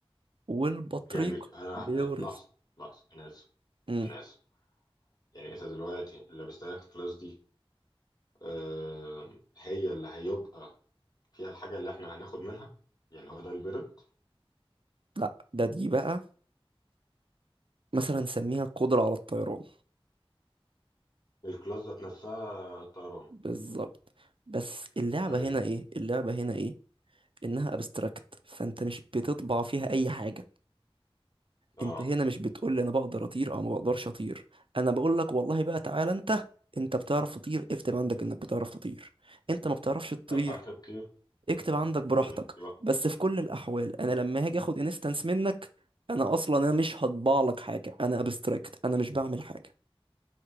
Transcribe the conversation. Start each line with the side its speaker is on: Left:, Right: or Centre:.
Right: والبطريق
Left: يعني انا
Right: بيورث
Left: لحظه لحظه انا اسف
Right: مم.
Left: انا اسف يعني انت دلوقتي اللي بستهلك الكلاس دي آه هي اللي هيبقى فيها الحاجه اللي احنا هناخد منها يعني هو ده البيرد
Right: لا ده دي بقى مثلا سميها القدرة على الطيران
Left: الكلاس ذات نفسها طيران
Right: بالظبط بس اللعبة
Left: ايوه
Right: هنا ايه اللعبة هنا ايه انها ابستراكت فانت مش بتطبع فيها اي حاجة
Left: اه
Right: انت هنا مش بتقول لي انا بقدر اطير او ما بقدرش اطير انا بقول لك والله بقى تعالى انت انت بتعرف تطير اكتب عندك انك بتعرف تطير انت ما بتعرفش تطير
Left: طب ساعات بتطير
Right: اكتب عندك براحتك
Left: امم يبقى
Right: بس في كل الاحوال انا لما هاجي اخد انستنس منك انا اصلا انا مش هطبع لك حاجه انا ابستراكت انا مش بعمل حاجه